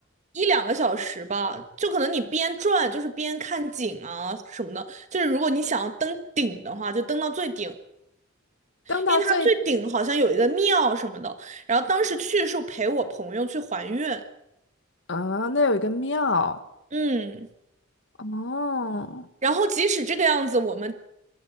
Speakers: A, on the right; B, on the left.
A: 一两个小时吧，就可能你边转就是边看景啊什么的。就是如果你想要登顶的话，就登到最顶，
B: 登到最
A: 因为它最顶好像有一个庙什么的。然后当时去是陪我朋友去还愿，
B: 啊，那有一个庙
A: 嗯。
B: 哦，
A: 然后即使这个样子，我们